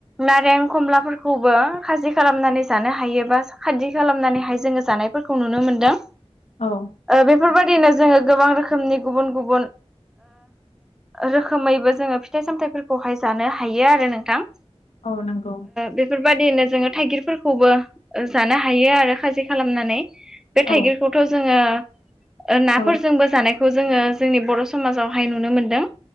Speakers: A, in the centre; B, on the left.
A: नारें खमलाफोरखौबो खाजि खालामनानै जानो हायोबा खादि खालामनानै हायजें जोङो जानायफोरखौ नुनो मोनदों।
B: औ।
A: बेफोरबायदिनो जोङो गोबां रोखोमनि गुबुन गुबुन रोखोमैबो जोङो फिथाइ सामथाइफोरखौहाय जानो हायो आरो नोंथां।
B: औ नंगौ
A: बेफोरबायदिनो जोङो थाइगिरफोरखौबो जानो हायो आरो खाजि। खालामनानै बे
B: औ
A: थाइगिरखौथ' जोङो नाफोरजोंबो
B: औ
A: जानाय। खौ जोङो जोंनि बर' समाजावहाय नुनो मोनदों।